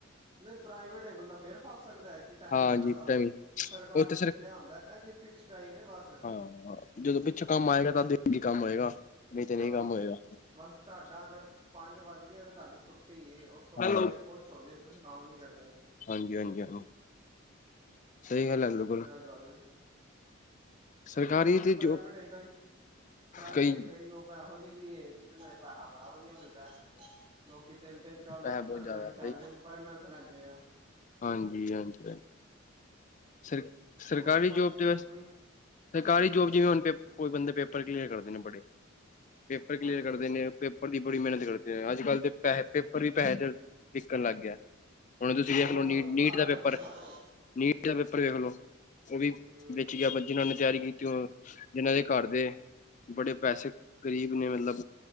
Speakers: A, on the right (about 25°); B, on the left (about 35°).
A: ਨਹੀਂ ਪ੍ਰਾਈਵੇਟ, ਬੰਦਾ ਫੇਰ ਫਸ ਸਕਦਾ ਐ ਕਿ ਟਾਈਮਿੰਗ
B: ਹਾਂਜੀ
A: ਜਿਆਦਾ ਹੋਏ
B: ਟਾਈਮਿੰਗ
A: ਸਰਕਾਰ
B: ਉੱਥੇ
A: ਹੀ
B: ਸਿਰ
A: ਇਹ 'ਚ ਹੁੰਦਾ ਕਿ ਫਿਕਸ ਟਾਈਮ ਹੈ। ਬਸ-
B: ਹਾਂ ਜਦੋਂ ਪਿੱਛੋਂ ਕੰਮ ਆਏਗਾ। ਤਦ ਅੱਗੇ ਕੰਮ ਹੋਏਗਾ। ਨਹੀਂ ਤੇ
A: ਹਾਂ,
B: ਨਹੀਂ ਕੰਮ ਹੋਏਗਾ
A: ਬਸ ਤੁਹਾਡਾ ਅਗਰ ਪੰਜ ਵੱਜ ਗਿਆ ਤੇ ਤੁਹਾਡੀ ਛੁੱ ਟੀਏ ਓਸ ਤੋਂ ਬਾਅਦ
B: ਹਾਂ
A: ਚਾਹੇ ਕੁਛ ਹੋਜੇ, ਤੁਸੀਂ ਕੰਮ ਨੀ ਕਰਦੇ।
B: ਹਾਂਜੀ- ਹਾਂਜੀ ਸਈ ਗੱਲ ਐ, ਬਿ
A: ਇਹ ਗੱਲ ਹੈ।
B: ਸਰਕਾਰੀ
A: ਬਾਕੀ
B: ਤੇ
A: ਪ੍ਰਾਈਵੇਟ
B: ਜੋ
A: ਹੈਗਾ ਈ ਪ੍ਰਾਈਵੇਟ
B: ਕਈ
A: ਹੈਗਾ ਈ ਜੋਬਾ ਐਹੋ ਜੀ ਵੀ ਜਿਵੇਂ ਪੈਸਾ ਬੜਾ ਵਧੀਆ ਮਿਲਦਾ ਹੈ। ਲੋਕੀ ਤਿੰਨ-ਤਿੰਨ ਚਾਰ ਲੱਖ
B: ਪੈਸਾ ਬਹੁਤ
A: ਰੁਪਏ
B: ਜ਼ਿਆਦਾ
A: ਵੀ
B: ਹੈ,
A: ਸੈਲਰੀ ਪਰ ਲੈਂਦੇ ਆ
B: ਹਾਂਜੀ-ਹਾਂਜੀ ਹਾਂ। ਸਰ ਸਰਕਾਰੀ
A: ਉਹੀ ਬਾਕੀ
B: ਜੋਬ ਤੇ
A: ਕੰਪਨੀ
B: ਵੈਸ ਸਰਕਾਰੀ ਜੋਬ ਜਿਵੇਂ ਹੁਣ ਪੇਪ ਕੋਈ ਬੰਦੇ ਪੇਪਰ ਕਲੀਅਰ ਕਰਦੇ ਨੇ, ਬੜੇ ਪੇਪਰ ਕਲੀਅਰ
A: ਹਾਂਜੀ
B: ਕਰਦੇ ਨੇ ਪੇਪਰ ਦੀ ਬੜੀ ਮਿਹਨਤ ਕਰਦੇ ਆ। ਅੱਜਕੱਲ ਦੇ ਪੈਸੇ ਪੇਪਰ ਵੀ ਪੈਸੇ ਦੇ ਦੇਖਣ ਲੱਗ ਗਿਆ। ਹੁਣ ਤੁਸੀਂ
A: ਉਹ
B: ਦੇਖ ਲੋ ਨੀਟ-ਨੀਟ
A: ਘਰ
B: ਦਾ ਪੇਪਰ
A: ਬੈਠੇ ਸਾਰੇ
B: ਨੀਟ ਦਾ ਪੇਪਰ ਵੇਖ ਲਓ ਉਹ ਵੀ
A: ਹੂੰ
B: ਵਿਚ ਗਿਆ। ਜਿਨਾ ਨੇ ਤਿਆਰੀ ਕੀਤੀ ਜਿਨਾਂ ਦੇ ਘਰ ਦੇ ਬੜੇ ਪੈਸੇ ਗਰੀਬ ਨੇ ਮਤਲਬ